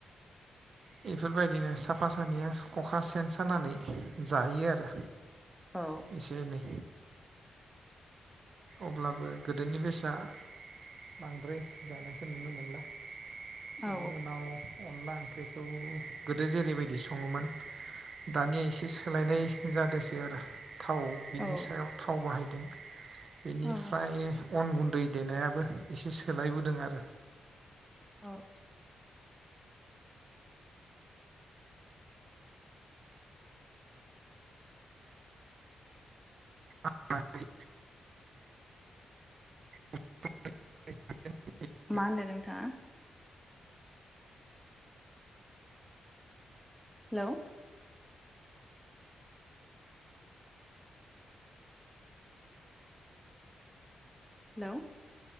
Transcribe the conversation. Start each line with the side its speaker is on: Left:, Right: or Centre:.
Right: बेफोरबायदिनो साफा सानैया ख'खा सेन सानानै जायो आरो।
Centre: औ
Right: एसे एनै। अब्लाबो गोदोनि बेसा। बांद्राय जानायखौ नुनो मोनला बेनि
Centre: औ
Right: उनाव अनला ओंख्रि थ' गोदो जेरैबायदि सङोमोन दानिया एसे सोलायनाय जादोसै आरो थाव बिनि
Centre: औ
Right: सायाव थाव बाहायदों बेनिफ्राय
Centre: औ
Right: अन गुन्दै देनायाबो एसे सोलायबोदों आरो।
Centre: औ
Right: <unintelligible> <inaudible>
Centre: मा होनदों नोंथाङा? हेलौ? हेलौ?